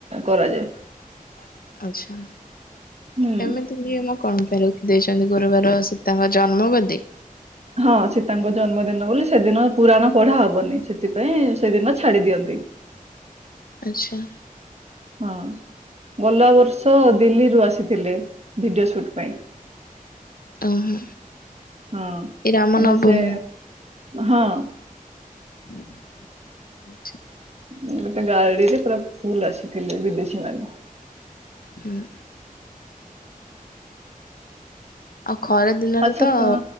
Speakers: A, on the right (about 45°); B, on the left (about 80°).
A: କରାଯାଏ
B: <unintelligible> ଆଚ୍ଛା।
A: ହୁଁ
B: ଏମିତି ନିୟମ କଣ ପାଇଁ ରଖିଦେଇଛନ୍ତି ଗୁରୁବାର ସୀତାଙ୍କ ଜନ୍ମବାଦି?
A: ହଁ ସୀତାଙ୍କ ଜନ୍ମଦିନ ବୋଲି ସେଦିନ ପୁରାଣ ପଢା ହବନି ସେଥିପାଇଁ ସେଦିନ ଛାଡି ଦିଅନ୍ତି।
B: ଆଚ୍ଛା।
A: ହଁ ଗଲା ବର୍ଷ ଦିଲ୍ଲୀରୁ ଆସିଥିଲେ ଭିଡିଓ ସୁଟ୍ ପାଇଁ।
B: ଓହୋ।
A: ହଁ
B: ଏ ରାମ
A: ମାନେ
B: ନବମୀ
A: ସେ ହଁ।
B: <unintelligible>
A: ଗୋଟେ ଗାଡିରେ ପୁରା ଫୁଲ ଆସିଥିଲେ ବିଦେଶୀ ମାନେ।
B: ହୁଁ। ଆଉ ଖରା ଦିନରେ
A: ଆଚ୍ଛା
B: ତ
A: କ